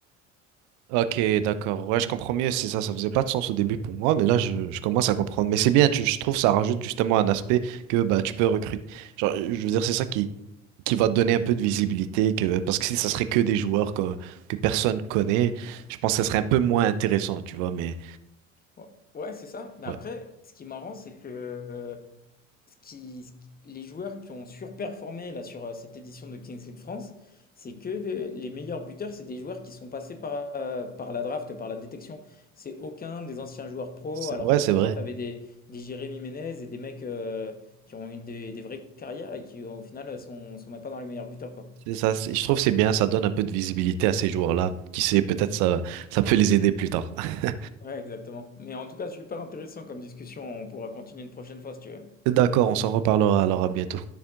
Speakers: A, on the right (about 50°); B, on the left (about 25°).
A: Ok, d'accord. Ouais, je comprends mieux. C'est ça, ça faisait pas de sens au début pour moi, mais là, je, je commence à comprendre. Mais c'est bien, tu- je trouve, ça rajoute justement un aspect que bah tu peux recruter. Genre, je veux dire, c'est ça qui qui va te donner un peu de visibilité, que parce que si ça serait que des joueurs que que personne connaît, je pense que ça serait un peu moins intéressant, tu vois. Mais
B: Ouais, ouais, c'est ça. Mais
A: ouais,
B: après ce qui est marrant c'est que ce qui, ce qui- les joueurs qui ont surperformé là sur euh, cette édition de Kings League France, c'est que le- les meilleurs buteurs, c'est des joueurs qui sont passés par, euh, par la draft, par la détection. C'est aucun des anciens joueurs pro,
A: C'est-
B: alors
A: ouais,
B: que
A: c'est
B: pourtant
A: vrai.
B: tu avais des, des Jérémy Ménez et des mecs euh, qui ont eu des, des vraies carrières et qui au final euh, sont, sont même pas dans les meilleurs buteurs quoi.
A: C'est ça. c'est- Je trouve que c'est bien, ça donne un peu de visibilité à ces joueurs-là. Qui sait, peut-être ça ça peut les aider plus tard. <laughs>
B: Ouais, exactement. Mais en tout cas, super intéressant comme discussion. On pourra continuer une prochaine fois si tu veux.
A: D'accord, on s'en reparlera alors à bientôt.